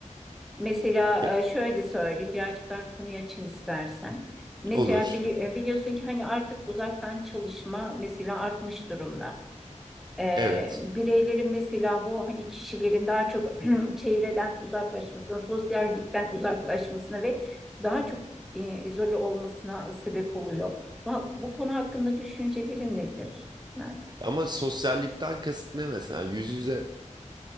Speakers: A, in the centre; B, on the right.
A: Mesela
B: Ya,
A: e, şöyle söyleyeyim, birazcık daha konuyu açayım istersen. Mesela
B: olur.
A: bili- e, biliyorsun ki hani artık uzaktan çalışma mesela artmış durumda. Ee,
B: Evet.
A: bireylerin mesela bu hani kişilerin daha çok <clears throat> çevreden uzaklaşmasına, sosyallikten uzaklaşmasına ve daha çok e, izole olmasına sebep oluyor. Bu, bu konu hakkında düşüncelerin nedir, Mert?
B: Ama sosyallikten kasıt ne mesela? Yüz yüze